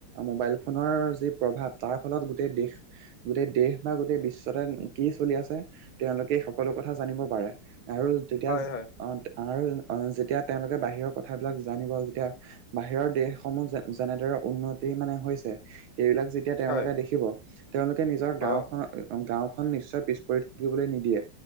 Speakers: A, on the right; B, on the left.
A: মোবাইল ফোনৰ যি প্ৰভাৱ তাৰ ফলত গোটেই দেশ গোটেই দেশ বা গোটেই বিশ্বতে কি চলি আছে তেওঁলোকে সকল সকলো কথা জানিব পাৰে আৰু তেতিয়া
B: হয় হয়
A: অ আৰু যেতিয়া তেওঁলোকে বাহিৰৰ কথাবিলাক জানিব যেতিয়া বাহিৰৰ দেশসমূহ যে যেনেদৰে উন্নতি মানে হৈছে সেইবিলাক এতিয়া তেওঁলোকে
B: হয়
A: দেখিব তেওঁলোকে নিজৰ
B: অ
A: গাওঁখনৰ গাঁওখন নিশ্চয় পিছ পৰি থাকিবলৈ নিদিয়ে